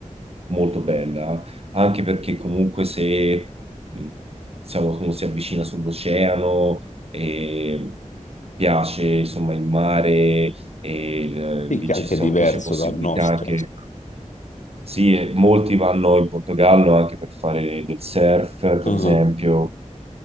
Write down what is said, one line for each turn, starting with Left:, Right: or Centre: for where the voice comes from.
Right: molto bella, anche perché comunque se mh, diciamo, uno si avvicina sull'oceano e piace insomma il mare e il-
Left: Sì,
Right: lì
Left: che
Right: c'è
Left: è anche
Right: c'è
Left: diverso
Right: un po' c'è possibilità
Left: dal nostro.
Right: anche sì, e molti vanno in Portogallo anche per fare del surf, per
Left: Mhm.
Right: esempio,